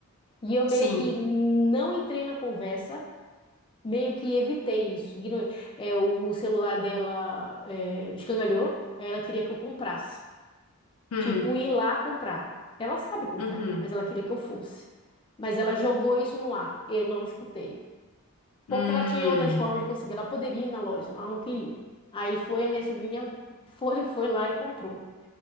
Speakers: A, on the left; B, on the left.
A: E eu meio
B: Sim.
A: que não entrei na conversa meio que evitei isso. Igno- É, o celular dela é, escangalhou, aí ela queria que eu comprasse.
B: Hum,
A: Tipo, ir lá comprar. Ela sabe comprar,
B: uhum.
A: mas ela queria que eu fosse. Mas ela jogou isso no ar. Eu não escutei. Porque
B: Hum.
A: ela tinha outras formas de conseguir. Ela poderia ir na loja, ela não queria. Aí foi a minha sobrinha, <laughs> foi, foi lá e comprou.